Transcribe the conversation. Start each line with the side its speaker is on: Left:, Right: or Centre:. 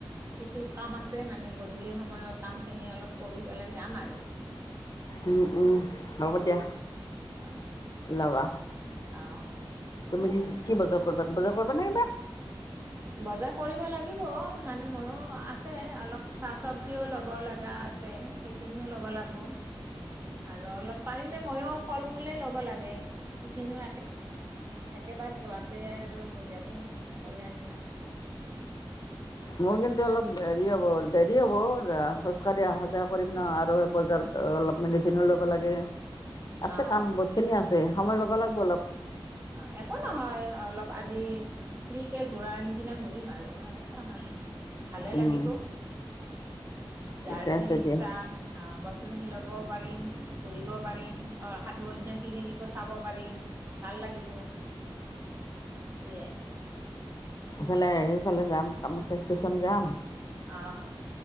Right: কিছু কাম আছে মানে, গধূলি সময়ৰ কামখিনি অলপ কৰি পেলাই যাম আৰু।
Left: উম, উম। হ'ব দিয়া
Right: অ',
Left: উলাবা।
Right: অ'।
Left: তুমি কি বজাৰ কৰিবা, বজাৰ কৰিবা নে কিবা?
Right: বজাৰ কৰিব লাগিব মানে মোৰো আছে, অলপ চাহ চবজিওঁ ল'ব লগা আছে সেইখিনিও ল'ব লাগিব। আৰু অলপ পাৰিলে ময়ো ফল-মূলে ল'ব লাগে। সেইখিনিও একেবাৰে যোৱাতে আৰু হৈ যাব সেইখিনিও কৰি আনিম আৰু।
Left: মোৰ কিন্তু অলপ হেৰি হ'ব দেৰি হ'ব, খোজ কাঢ়ি অহা-যোৱা কৰিম ন আৰু বজাৰত অলপ মেডিচিনো লব লাগে। আছে
Right: অঁ
Left: কাম, বহুত খিনি আছে। সময় ল'ব লাগিব অলপ।
Right: অ' একো নহয়, অলপ আজি। ফ্ৰী ঘূৰাৰ নিচিনা ঘূৰিম আৰু একো নহয়। ভালে
Left: উম
Right: লাগিব,
Left: ঠিকে
Right: যাৰ যি
Left: আছে
Right: ইচ্ছা
Left: দিয়া
Right: অ বস্ত। বস্তুখিনি ল'বও পাৰিম, ঘূৰিব পাৰিম অ, সাধু অন্য কি খিনিকো চাব পাৰিম। ভাল লাগিব সেইটোৱয়ে।
Left: ইফালে সিফালে যাম কামাখ্যা ষ্টেশচন যাম।
Right: অহ।